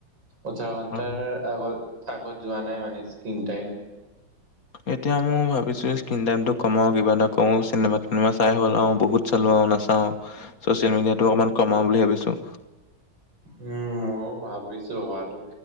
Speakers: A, on the right; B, on the left.
A: ওঠৰ ঘন্টাৰ
B: উম,
A: আগত আগত যোৱা নাই মানে স্ক্ৰীন টাইম।
B: এতিয়া মই ভাবিছোঁ স্ক্ৰীণ টাইমটো কমাওঁ, কিবা এটা কৰো, চিনেমা টিনেমা চাই হ'ল আৰু বহুত- চালো আৰু নাচাওঁ আও। চচিয়েল মিডিয়াতটো অকনমান কমাওঁ বুলি ভাবিছো।
A: উম ময়ো ভাবিছো ভবাটো।